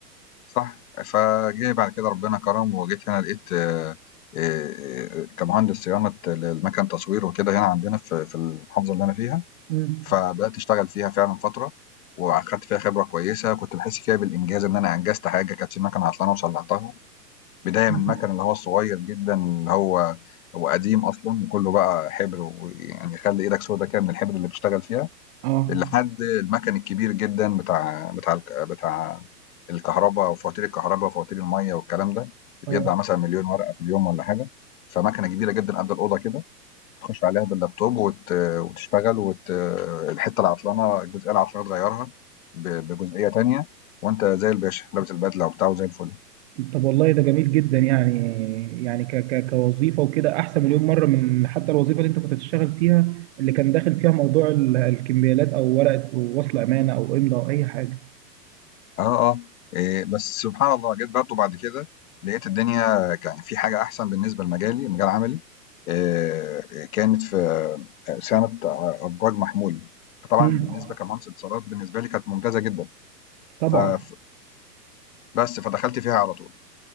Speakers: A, on the left; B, on the right.
A: صح فجه بعد كده ربنا كرم وجيت هنا لقيت آه، آه، آه، كمهندس صيانه للمكن تصوير وكده هنا عندنا في في المحافظه اللي انا فيها
B: مم.
A: فبدات اشتغل فيها فعلا فتره واخدت فيها خبره كويسه كنت بحس فيها بالانجاز ان انا انجزت حاجه كانت في مكنه عطلانه وصلحتها بدايه
B: مم.
A: من المكن اللي هو الصغير جدا اللي هو هو قديم اصلا وكله بقى حبر ويعني يخلي ايدك سودا كده من الحبر اللي بتشتغل فيها
B: اه
A: لحد المكن الكبير جدًا بتاع بتاع الك بتاع الكهربا وفواتير الكهربا وفواتير المَيّة والكلام ده، بيطبع
B: اه
A: مثلًا مليون ورقة في اليوم والّا حاجة، فمكنة كبيرة جدًا قد الأوضة كده، تخش عليها باللابتوب وت وتشتغل وت الحتة العطلانة الجزئية العطلانة تغيّرها ب بجزئية تانية، وأنت زي الباشا لابس البدلة وبتاع وزي الفل.
B: طب والله ده جميل جدا يعني يعني ك ك كوظيفة وكده احسن مليون مرة من حتى الوظيفة اللي انت كنت بتشتغل فيها اللي كان داخل فيها موضوع ال- الكمبيالات او ورقة وصل امانة او امضاء او اي حاجة
A: آه، آه، آآ بس سبحان الله جيت برضه بعد كده لقيت الدنيا كان في حاجة أحسن بالنسبة لمجالي، مجال عملي، آآ كانت في آه، صيانة آه، أبراج محمول، فطبعًا
B: مم.
A: بالنسبة كمهندس اتصالات بالنسبة لي كانت ممتازة جدًا،
B: طبعا
A: ف ف بس فدخلت فيها على طول،